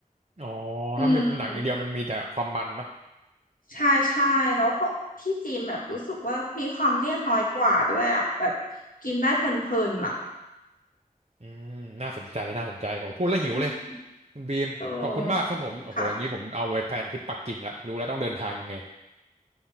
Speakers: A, on the right (about 45°); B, on the left (about 70°).
A: อ๋อ
B: อืม
A: ถ้ามีหนังอย่างเดียวมันมีแต่ความมันเนาะ
B: ใช่ใช่แล้วของที่จีนแบบรู้สึกว่ามีความเลี่ยนน้อยกว่าด้วยอ่ะแบบกินได้เพลินๆอ่ะ
A: อืมน่าสนใจ น่าสนใจโหพูดแล้วหิวเลย
B: อืม
A: คุณบีมขอบคุณมากครับผม
B: เออค่ะ
A: โอ้โหอย่างนี้ผมเอาไว้แพลนทริปปักกิ่งละรู้แล้วต้องเดินทางยังไง